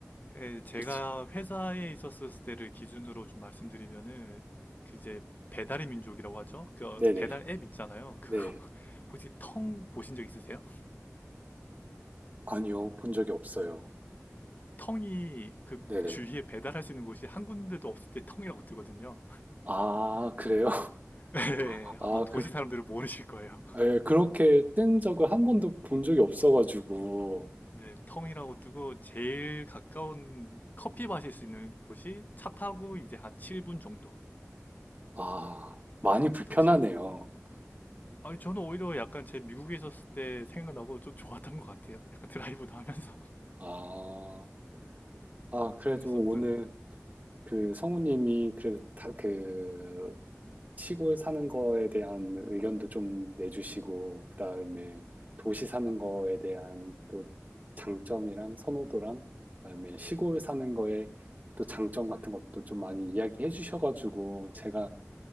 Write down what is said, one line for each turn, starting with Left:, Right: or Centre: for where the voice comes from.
Left: 예, 제가
Right: 그치.
Left: 회사에 있었을 때를 기준으로 좀 말씀드리면은 그 이제 배달의 민족이라고 하죠. 그
Right: 네네.
Left: 배달 앱 있잖아요. 그거
Right: 네.
Left: <laughs> 혹시 텅 보신 적 있으세요?
Right: 아니요. 본 적이 없어요.
Left: 텅이 그
Right: 네네.
Left: 주위에 배달할 수 있는 곳이 한 군데도 없을 때 텅이라고 뜨거든요.
Right: 아, 그래요? <laughs>
Left: <laughs> 예,
Right: 아,
Left: 아마 도시
Right: 그,
Left: 사람들은 모르실 거예요.
Right: 예, 그렇게 뜬 적을 한 번도 본 적이 없어가지고.
Left: <laughs> 네, 텅이라고 뜨고 제일 가까운 커피 마실 수 있는 곳이 차 타고 이제 한 7분 정도.
Right: 아, 많이 불편하네요.
Left: 차 타고 칠 아니, 저는 오히려 약간 제 미국에 있었을 때 생각나고 좀 좋았던 것 같아요. 약간 드라이브도 하면서
Right: 아, 아,
Left: <laughs>
Right: 그래도
Left: 그랬었던.
Right: 오늘 그 성우님이 그래도 다, 그 시골 사는 거에 대한 의견도 좀 내주시고, 그다음에 도시 사는 거에 대한 또 장점이랑 선호도랑, 그다음에 시골 사는 거에 또 장점 같은 것도 좀 많이 이야기해 주셔가지고, 제가